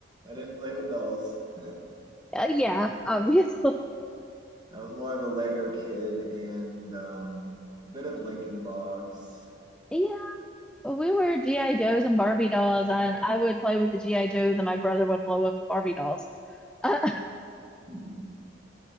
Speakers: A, on the right; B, in the centre.
A: I didn't play with dolls. <laughs> I
B: uh, yeah, <laughs> obviously.
A: was more of a Lego kid and um, bit of Lincoln Logs.
B: Yeah, we were GI Joes and Barbie dolls. I I would play with the GI Joes and my brother would blow up Barbie dolls. <laughs> Uh,
A: <laughs>